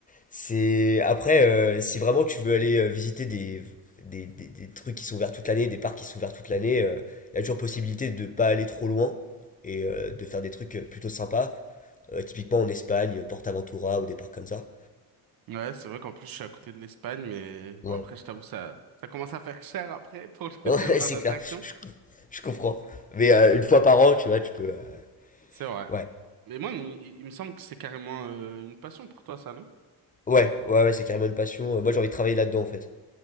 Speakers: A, on the left; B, on the right.
A: c'est après euh, si vraiment tu veux aller euh, visiter des, des, des, des trucs qui sont ouverts toute l'année, des parcs qui sont ouverts toute l'année, euh, il y a toujours possibilité de pas aller trop loin et euh, de faire des trucs euh, plutôt sympas, Euh, typiquement en Espagne, Portaventura ou des parcs comme ça.
B: Ouais, c'est vrai qu'en plus, je suis à côté de l'Espagne, mais bon,
A: Ouais.
B: après, je t'avoue, ça, ça commence à faire cher après pour
A: <laughs>
B: <laughs>
A: Ouais,
B: le un
A: ouais,
B: parc
A: c'est
B: d'attractions.
A: clair. Je, je comprends. Mais euh, une fois par an, tu vois, tu peux. euh,
B: C'est vrai.
A: Ouais.
B: Mais moi, il, il- il me semble que c'est carrément euh, une passion pour toi, ça, non?
A: Ouais, ouais, ouais, c'est carrément une passion. Euh, Moi, j'ai envie de travailler là-dedans, en fait.